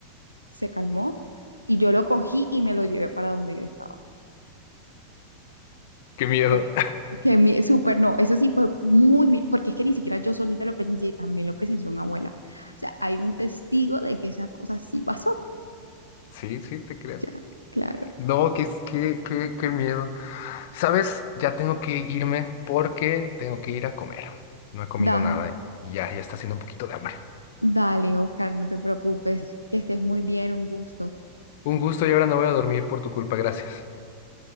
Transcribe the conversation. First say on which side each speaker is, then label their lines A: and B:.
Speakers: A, on the left (about 90°); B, on the left (about 50°).
A: se calmó y yo lo cogí y me lo llevé para donde yo estaba.
B: Qué miedo.
A: Pero, que mi, súper, no, eso sí fue muy, mi- porque es que ni siquiera yo solita lo presencié, también lo presenció mi abuela. O sea, hay un testigo de que esa cosa sí pasó.
B: Sí, sí, te creo.
A: Ya, claro.
B: No, qué, qué, qué, qué miedo. Sabes, ya tengo que irme porque tengo que ir a comer. No he comido
A: Dale,
B: nada y y ya, ya está haciendo un poquito de hambre.
A: dale, Oscar, no te preocupes, que estés muy bien, un gusto.
B: Un gusto y ahora no voy a dormir por tu culpa, gracias.